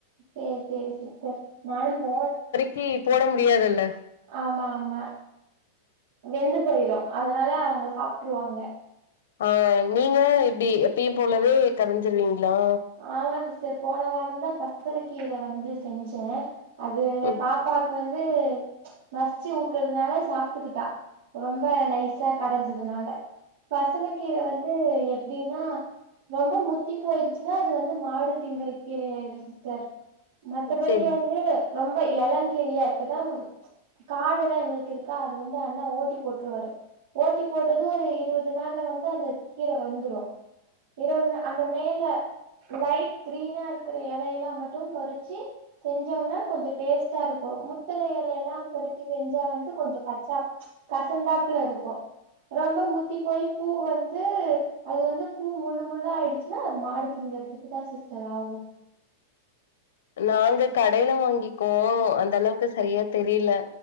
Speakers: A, on the right (about 55°); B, on the left (about 80°).
A: சேரி சேரி சிஸ்டர் நானு போ
B: டீ போட முடியாதுல்ல
A: ஆமா ஆமா வெந்து போயிரு அதனால அவங்க சாப்ட்டுருவாங்க
B: ஆ நீங்க எப்டி எப்பயு போலவே கதஞ்சிருவீங்ளா
A: ஆமாங்க சிஸ்டர் போன வாரந்தா <unintelligible> கீர வந்து செஞ்சே அது
B: ம்
A: பாப்பாக் க்கு வந்து மச்சு ஊட்டுறதுனால சாப்ட்டுக்கிட்டா ரொம்ப நைசா கடஞ்சதுனால பசல கீர வந்து எப்டின்னா ரொம்ப முத்தி போயிருச் சுனா அது வந்து மாடு திங்கிற கீர ஆயிரு சிஸ்டர் மத்தபடி
B: செரி
A: வந்து ரொம்ப எளங்கீரயா எடுத்திட்டா காடு எல்லா எங்களுக்கு இருக்கா அது வந்து அண்ணா ஓட்டி போட்டுருவாரு ஓட்டி போட்டது ஒரு இருவது நாள்ல வந்து அந்த கீர வந்துரு இருவது அந்த மேல லைட் க்ரீனா இருக்கிற எலையெல்லா மட்டு பறிச்சு செஞ்சோம்னா கொஞ்சோ டேஸ்ட்டா இருக்கு முத்துன எல எல்லா பரிச்சி செஞ்சா வந்து கொஞ்சோ கச்சா கசந்தாப்ல இருக்கு ரொம்ப முத்தி போயி பூ வந்து அது வந்து பூ முள்ளு முள்ளா ஆயிடுச்சுன்னா அது மாடு திங்கிறத்துக்குதா சிஸ்டர் ஆவு
B: நாங்க கடைல வாங்கிக்குவோ அந்த அளவுக்கு சரியா தெரில